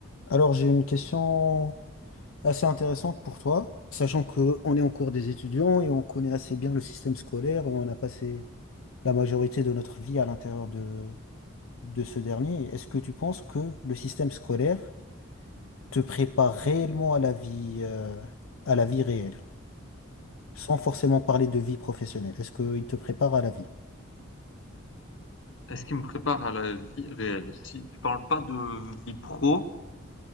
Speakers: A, on the left (about 85°); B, on the left (about 65°).
A: Alors, j'ai une question assez intéressante pour toi, sachant qu'on est en cours des étudiants et on connaît assez bien le système scolaire, on a passé la majorité de notre vie à l'intérieur de, de ce dernier. Est-ce que tu penses que le système scolaire te prépare réellement à la vie, euh, à la vie réelle, sans forcément parler de vie professionnelle? Est-ce qu'il te prépare à la vie?
B: Est-ce qui me prépare à la vie réelle? Si tu parles pas de vie pro,